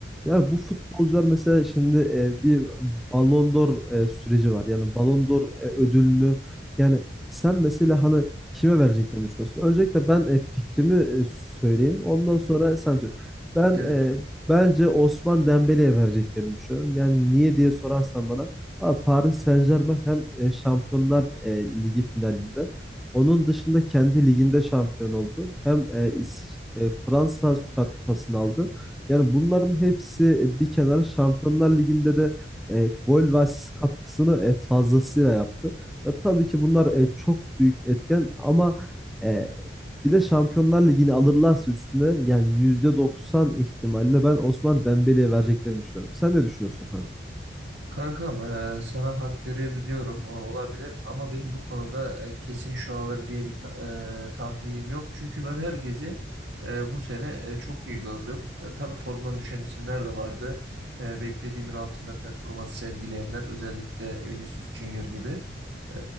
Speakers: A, in the centre; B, on the right.
A: Ya bu futbolcular mesela şimdi e, bir Ballon d'Or e, süreci var. Yani Ballon d'Or e, ödülünü yani sen mesela hani kime vereceklerini düşünüyorsun? Öncelikle ben e, fikrimi e, söyleyeyim. Ondan sonra sen söyle. Ben
B: Evet.
A: e, bence Osman Dembele'ye vereceklerini düşünüyorum. Yani niye diye sorarsan bana abi Paris Saint-Germain hem e, Şampiyonlar e, Ligi finalinde onun dışında kendi liginde şampiyon oldu. Hem e, İs- e, Fransa Süper Kupası'nı aldı. Yani bunların hepsi e, bir kenara Şampiyonlar Ligi'nde de e, gol ve asist katkısını e, fazlasıyla yaptı. Ya, tabii ki bunlar e, çok büyük etken ama e, bir de Şampiyonlar Ligi'ni alırlarsa üstüne yani %90 ihtimalle ben Osman Dembele'ye vereceklerini düşünüyorum. Sen ne düşünüyorsun Furkan?
B: Kankam e, sana hak verebiliyorum o olabilir ama benim bu konuda e, kesin şu alır diye bir ta- e, tahminim yok. Çünkü ben herkesi e, bu sene e, çok iyi gördüm. E, tabii formdan düşen isimler de vardı. E, beklediğimin altında performans sergileyenler özellikle Vinicius Junior gibi. E,